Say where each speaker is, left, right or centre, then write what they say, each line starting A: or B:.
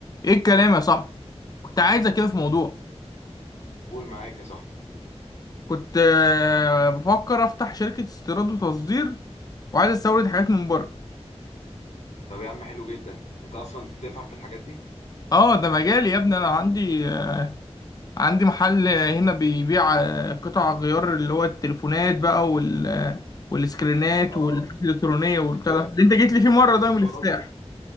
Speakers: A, on the left; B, on the left.
A: ايه الكلام يا صاحبي كنت عايزك كده في موضوع
B: قول معاك يا صاحبي
A: كنت آه، بفكر افتح شركة استيراد وتصدير وعايز استورد حاجات من بره
B: طب يا عم حلو جدا انت اصلا بتفهم في الحاجات دي
A: اه ده مجالي يا ابني انا عندي آه، عندي محل آه، هنا بيبيع آه، قطع غيار اللي هو التليفونات بقى وال آه، والسكرينات
B: اه
A: والحاجات الالكترونية والبتاع
B: اللي هو
A: ده اللي انت جيت لي فيه مرة
B: الاكسسوارات
A: ده يوم الافتتاح